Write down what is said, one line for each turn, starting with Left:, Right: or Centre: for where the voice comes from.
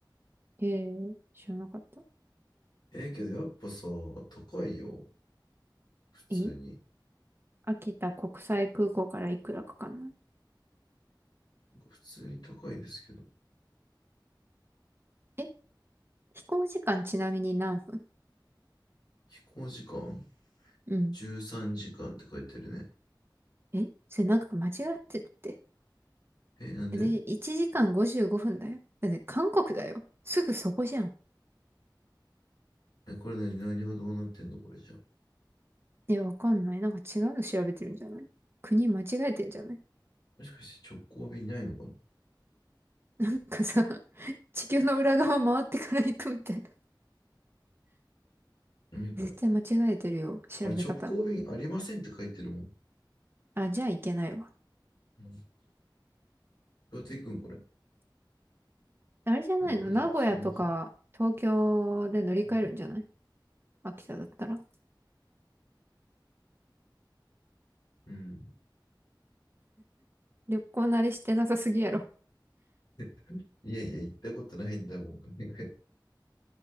Right: へえ、知らなかった。
Left: ええけど、やっぱさ、高いよ。普通に。
Right: え秋田国際空港からいくらかかんない
Left: 普通に高いですけど。
Right: え飛行時間ちなみに何分
Left: 飛行時間
Right: うん。
Left: ?13 時間って書いてるね。
Right: えそれなんか間違ってるって。
Left: え、なんで
Right: で、1時間55分だよ。だって韓国だよ。すぐそこじゃん。
Left: え、これ何、何がどうなってんのこれじゃ。
Right: え、わかんない。なんか違うの調べてるんじゃない国間違えてんじゃない
Left: もしかして直行便ないのかな
Right: なんかさ、<laughs> 地球の裏側回ってから行くみたいな。
Left: 何これ
Right: 絶対間違えてるよ。調べ方。
Left: あ、直行便ありませんって書いてるもん。
Right: あ、じゃあいけないわ。
Left: うん、どうやって行くんこれ。
Right: あれじゃないの名古屋とか東京で乗り換えるんじゃない
Left: 通り過ぎ。うん。
Right: 秋田だったら。
Left: <laughs> うん、
Right: 旅行慣れしてなさすぎやろ。
Left: <laughs> いやいや、行ったことないんだもん。<laughs> いや